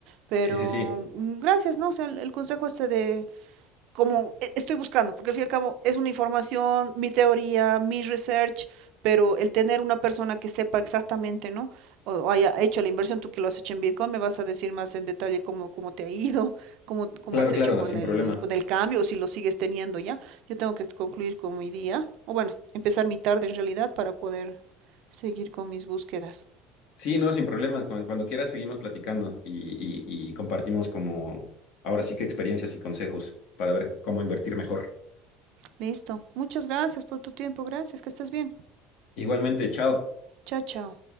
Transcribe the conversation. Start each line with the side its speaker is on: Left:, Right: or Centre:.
Right: Pero
Left: sí, sí, sí.
Right: mm, gracias, ¿no? O sea, el, el consejo este de como eh, estoy buscando, porque al fin y al cabo es una información, mi teoría, mi research, pero el tener una persona que sepa exactamente, ¿no? O, o haya hecho la inversión, tú que lo has hecho en Bitcoin, me vas a decir más en detalle cómo, cómo te ha ido, cómo, cómo
Left: Claro,
Right: has hecho
Left: claro,
Right: con
Left: sin
Right: el,
Left: problema.
Right: con el cambio, o si lo sigues teniendo ya. Yo tengo que concluir con mi día, o bueno, empezar mi tarde en realidad para poder seguir con mis búsquedas.
Left: Sí, no, sin problema. Cu- Cuando quieras seguimos platicando y, y, y compartimos como, ahora sí que experiencias y consejos para ver cómo invertir mejor.
Right: Listo. Muchas gracias por tu tiempo. Gracias. Que estés bien.
Left: Igualmente, chao.
Right: Chao, chao.